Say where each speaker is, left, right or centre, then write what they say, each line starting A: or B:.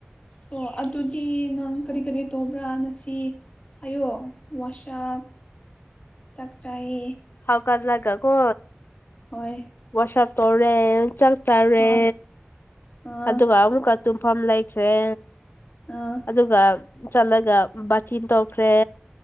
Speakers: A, on the left; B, on the left.
A: ꯑꯣ ꯑꯗꯨꯗꯤ ꯅꯪ ꯀꯔꯤ ꯀꯔꯤ ꯇꯧꯕ꯭ꯔꯥ ꯉꯁꯤ ꯍꯥꯏꯌꯣ ꯋꯥꯁꯞ ꯆꯥꯛꯆꯥꯥꯏ
B: ꯍꯧꯖꯠ ꯂꯒꯥꯀꯣ
A: ꯍꯣꯏ
B: ꯋꯥꯁꯞ ꯇꯧꯔꯦ ꯆꯥꯛ ꯆꯔꯦ
A: ꯍꯣꯏ ꯑꯥ
B: ꯑꯗꯨꯒ ꯑꯃꯨꯛꯀ ꯇꯨꯝꯐꯝ ꯂꯩꯈ꯭ꯔꯦ
A: ꯑꯥ
B: ꯑꯗꯨꯒ ꯆꯠꯂꯒ ꯕꯥꯇꯤꯟ ꯇꯧꯈ꯭ꯔꯦ